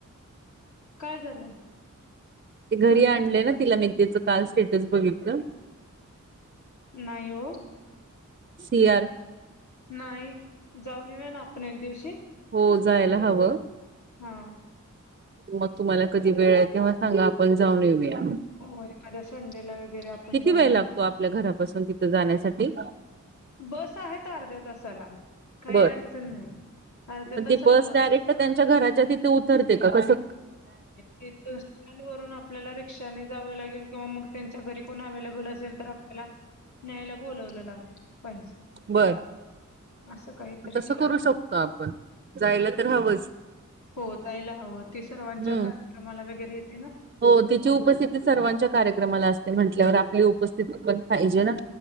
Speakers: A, on the left (about 65°); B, on the right (about 35°).
A: काय झालंय
B: ते घरी आणलंय ना तिला मी त्याच काल स्टेटस बघितलं
A: नाहीयो
B: सियार
A: नाही जाऊन येऊया ना आपण एक दिवशी
B: हो जायला हवं.
A: हा.
B: मग तुम्हाला कधी वेळ आहे तेव्हा सांगा आपण जाऊन येऊया.
A: हो एखाद्या संडेला वगैरे आपण
B: किती
A: जाऊन
B: वेळ
A: येऊ
B: लागतो
A: शकतो.
B: आपल्या घरापासून तिथं जाण्यासाठी.
A: बस आहे अर्ध्या तासाला काही
B: बर
A: अडचण नाही अर्ध्या
B: पण
A: तासाला
B: ती
A: बस
B: डायरेक्ट
A: आहे.
B: त्यांच्या घराच्या तिथे उतरते का कस.
A: ते वरून आपल्याला रिक्षाने जावं लागेल किंवा मग त्यांच्या घरी कोण अव्हेलेबल असेल तर आपल्याला.. न्यायला बोोलवलं ला. पाहिजे
B: बर
A: असं काहीतरी
B: तस
A: केलं
B: करू
A: पाहिजे.
B: शकतो. आपण जायला तर हवंच.
A: हो जायला हवं ते सर्वांच्यामाला
B: हम्म
A: वगैरे येते ना..
B: हो तिची उपस्थिती सर्वांच्या कार्यक्रमाला असते म्हंटल्यावर आपली उपस्थिती पण पाहिजे ना..